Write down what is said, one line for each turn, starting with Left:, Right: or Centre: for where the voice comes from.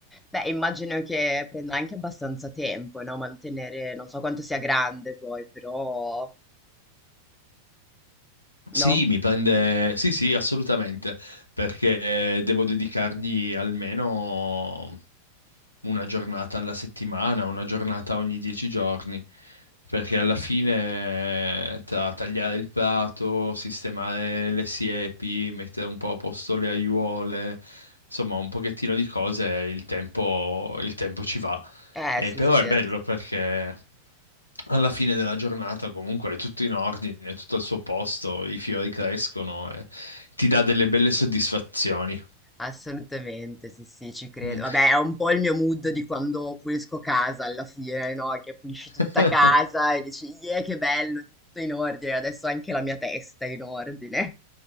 Centre: Beh, immagino che prenda anche abbastanza tempo, no? Mantenere, non so quanto sia grande poi, però, no?
Left: Sì, mi prende, sì, sì, assolutamente, perché eh, devo dedicargli almeno una giornata alla settimana, una giornata ogni dieci giorni, perché alla fine eh, tra tagliare il prato, sistemare le siepi, mettere un po' a posto le aiuole, insomma, un pochettino di cose, il tempo, il tempo ci va.
Centre: Eh,
Left: E
Centre: sì,
Left: però
Centre: sì,
Left: è bello
Centre: sì,
Left: perché alla fine della giornata comunque è tutto in ordine, è tutto al suo posto, i fiori crescono e ti dà delle belle soddisfazioni.
Centre: Assolutamente, sì, sì, ci credo.
Left: Mm.
Centre: Vabbè, è un po' il mio mood di quando pulisco casa alla fine, no? Che pulisci
Left: <laughs>
Centre: tutta casa e dici, yeah, che bello, tutto in ordine, adesso anche la mia testa è in ordine.